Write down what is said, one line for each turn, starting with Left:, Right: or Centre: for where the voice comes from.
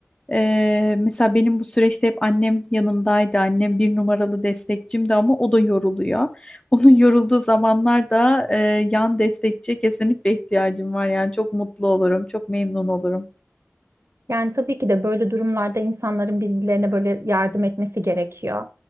Left: Ee, mesela benim bu süreçte hep annem yanımdaydı. Annem bir numaralı destekçimdi ama o da yoruluyor. <laughs> Onun yorulduğu zamanlarda e, yan destekçiye kesinlikle ihtiyacım var. Yani çok mutlu olurum, çok memnun olurum.
Right: Yani tabii ki de böyle durumlarda insanların birbirlerine böyle yardım etmesi gerekiyor.